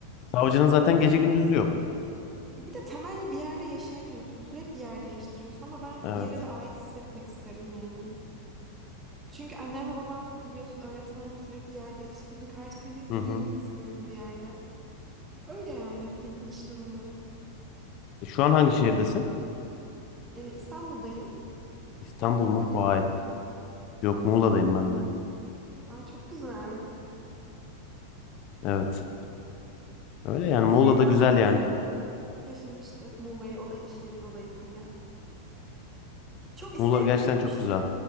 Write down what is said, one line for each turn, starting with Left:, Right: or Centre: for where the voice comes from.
Left: Savcının zaten
Right: yani
Left: gece gündüzü yok.
Right: bir de temelli bir yerde yaşayamıyorsun. Sürekli yer değiştiriyorsun ama ben
Left: Evet.
Right: bir yere de ait hissetmek isterim yani. Çünkü annem ve babam biliyorsun öğretmenle sürekli yer değiştirdik. Artık hani
Left: Hı
Right: durayım
Left: hı.
Right: istiyorum bir yerde. Öyle yani benim iş durumları.
Left: E, Şu an hangi şehirdesin?
Right: Ee, İstanbul'dayım.
Left: İstanbul
Right: Sen Antalya'da
Left: mu? Vay.
Right: mıydın?
Left: Yok Muğla'dayım ben de.
Right: Aa, çok güzel.
Left: Evet. Öyle yani Muğla
Right: Teyzem
Left: da güzel
Right: bir
Left: yani.
Right: dönem taşınmıştı Muğla'ya o da işleri dolayısıyla. Çok isteyerek
Left: Muğla gerçekten
Right: gitmişti
Left: çok güzel.